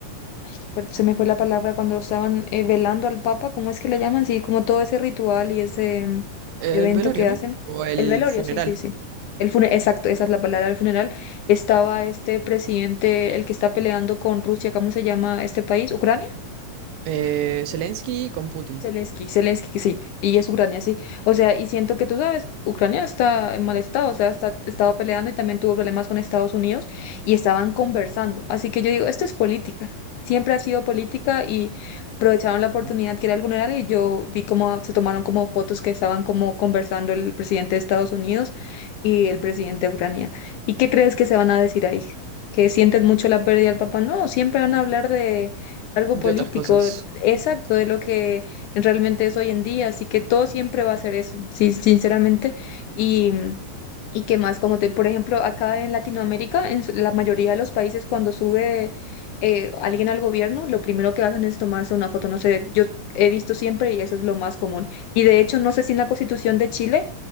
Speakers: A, on the left; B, on the right.
A: ay, per- se me fue la palabra cuando estaban eh, velando al Papa, ¿cómo es que le llaman? Sí, como todo ese ritual y ese mm,
B: El
A: evento
B: velorio,
A: que
B: ¿no?
A: hacen.
B: O el
A: El velorio,
B: funeral.
A: sí, sí, sí. El fune- exacto, esa es la palabra, el funeral. Estaba este presidente, el que está peleando con Rusia, ¿cómo se llama este país? ¿Ucrania?
B: Eh, Zelensky con Putin.
A: Zelensky, Zelensky, sí, y es Ucrania, sí. O sea, y siento que tú sabes, Ucrania está en mal estado, o sea, está, estaba peleando y también tuvo problemas con Estados Unidos y estaban conversando. Así que yo digo, esto es política, siempre ha sido política y aprovecharon la oportunidad
B: Ujú.
A: que era el funeral y yo vi cómo se tomaron como fotos que estaban como conversando el presidente de Estados Unidos y el presidente de Ucrania. ¿Y qué crees que se van a decir ahí? ¿Que sientes mucho la pérdida del papá? No, siempre van a hablar de algo
B: de
A: político,
B: otras cosas.
A: exacto, de lo que realmente es hoy en día, así que todo siempre va a ser eso, sí, sinceramente. Y, y qué más, como te, por ejemplo, acá en Latinoamérica, en su- la mayoría de los países cuando sube eh, alguien al gobierno, lo primero que hacen es tomarse una foto, no sé, yo he visto siempre y eso es lo más común. Y de hecho, no sé si en la Constitución de Chile,